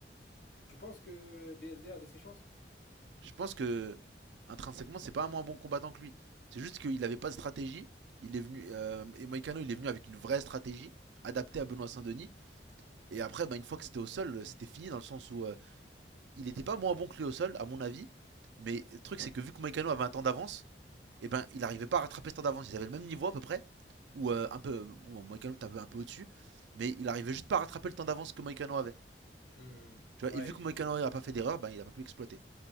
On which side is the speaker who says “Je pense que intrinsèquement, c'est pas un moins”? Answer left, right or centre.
Right